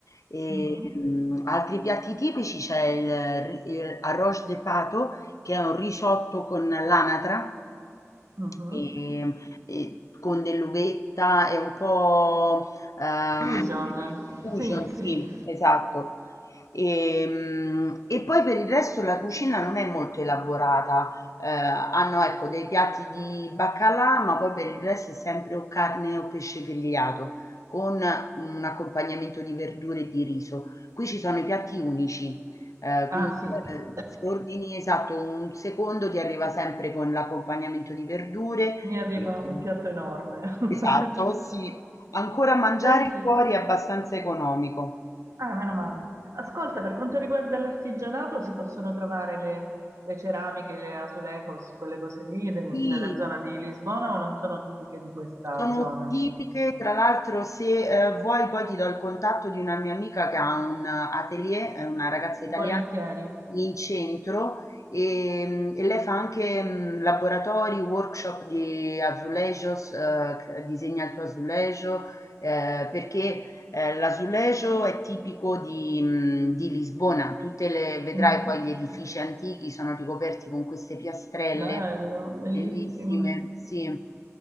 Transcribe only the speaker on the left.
E,
mh, altri piatti tipici c'è il, il arroz de pato, che è un risotto con l'anatra,
Ehm, e con dell'uvetta e un po', ehm,
fusion,
sì,
esatto. Ehm, E, poi per il resto la cucina non è molto elaborata. Eh, hanno ecco dei piatti di baccalà, ma poi per il resto è sempre o carne o pesce grigliato con un accompagnamento di verdure e di riso. Qui ci sono i piatti unici. Ehm,
quindi,
ehm, se ordini esatto, un secondo ti arriva sempre con l'accompagnamento di verdure,
ehm
esatto,
sì. Ancora mangiare
fuori è abbastanza economico.
Sì.
Sono
tipiche, tra l'altro se eh, vuoi poi ti do il contatto di una mia amica che ha un eh, atelier, è una ragazza italiana
in centro e, mm, e lei fa anche mm, laboratori, workshop di azulejos, eh, c- disegna il tuo azulejo, eh, perché eh, l'azulejo è tipico di, mm, di Lisbona, tutte le, vedrai
poi gli edifici antichi sono ricoperti con queste piastrelle
bellissime, sì.